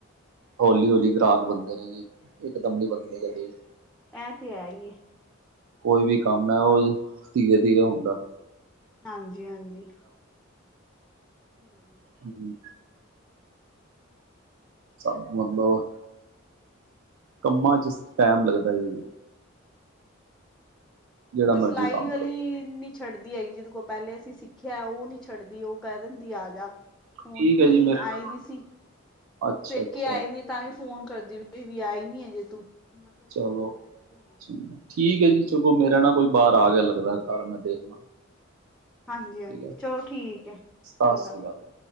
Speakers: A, on the right (about 80°); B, in the centre.
A: ਹੌਲੀ-ਹੌਲੀ ਗਾਹਕ ਬੰਨਦੇ ਨੇ ਜੀ ਇਕਦਮ
B: ਹੂੰ,
A: ਨੀ ਬੰਦੇ ਕਦੇ
B: ਐ ਤੇ ਹੈ ਹੀ ਐ
A: ਕੋਈ ਵੀ ਕੰਮ ਹੈ, ਉਹ ਧੀਰੇ ਧੀਰੇ ਹੁੰਦਾ
B: ਹਾਂਜੀ-ਹਾਂਜੀ ਹੂੰ ਹੂੰ। <unintelligible>
A: ਹੂ ਸਭ ਮਤਲਬ ਆ ਕੰਮਾਂ ਚ ਟਾਈਮ ਲੱਗਦਾ ਈ ਜਿਹੜਾ
B: ਉਹ ਤੇ
A: ਮਰਜੀ
B: ਸਿਲਾਈ
A: ਕੰਮ
B: ਵਾਲੀ
A: ਕਰੋ।
B: ਨ ਛੱਡਦੀ ਹੈਗੀ। ਜਿਹਦੇ ਕੋਲ ਪਹਿਲੇ ਅਸੀਂ ਸਿੱਖਿਆ। ਉਹ ਨੀ ਛੱਡਦੀ। ਉਹ ਕਹਿ ਦਿੰਦੀ ਆਜਾ। ਹੁਣ
A: ਠੀਕ
B: ਵੀ
A: ਹੈ ਜੀ ਮੇਰਾ
B: ਆਈ ਦੀ ਸੀ।
A: ਅੱਛਾ-ਅੱਛਾ
B: ਪੇਕ ਕੇ ਆਈ ਵਈ ਤਾਂ ਫੋਨ ਕਰਦੀ ਵੀ ਆਈ ਨਹੀਂ ਹਜੇ ਤੂੰ। ਮਤਲਬ ਨਹੀਂ
A: ਚਲੋ।
B: ਹਜੇ ਮੈਂ ਇਥੇ ਹੀ ਆ।
A: ਜੀ, ਠੀਕ ਹੈ ਜੀ। ਚਲੋ ਮੇਰੇ ਨਾ ਕੋਈ ਬਾਹਰ ਆ ਗਿਆ ਲੱਗਦਾ। ਘਰ ਮੈਂ ਦੇਖਣਾ।
B: ਹਾਂਜੀ-ਹਾਂਜੀ
A: ਠੀਕ ਹੈ।
B: ਚਲੋ ਠੀਕ ਹੈ।
A: ਸਤਿ
B: ਚੰਗਾ
A: ਸ੍ਰੀ ਅਕਾਲ ਜੀ।